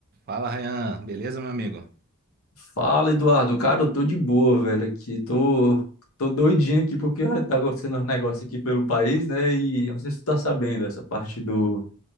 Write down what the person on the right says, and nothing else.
Fala, Ryan. Beleza, meu amigo?